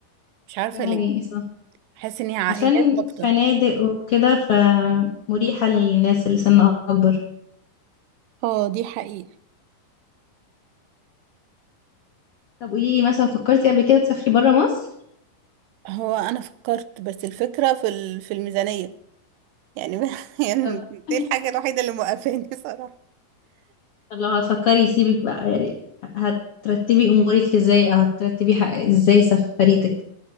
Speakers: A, on the right (about 90°); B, on the left (about 70°).
A: مش عارفة
B: ده حقيقي
A: ليه
B: صح
A: بحس ان هي عائلات
B: عشان
A: اكتر
B: فنادق وكده فمريحة للناس اللي سن أكبر
A: اه دي حقيقة
B: طب قوليلي مثلا فكرتي قبل كده تسافري برا مصر؟
A: هو انا فكرت بس الفكرة في ال- في الميزانية يعني <laughs> يعني
B: طب <clears throat>
A: دي الحاجة الوحيدة اللي موقفاني صراحة
B: طب لو هتفكري سيبك بقى يعني هترتبي أمورك ازاي أو هترتبي ح- ازاي سفريتك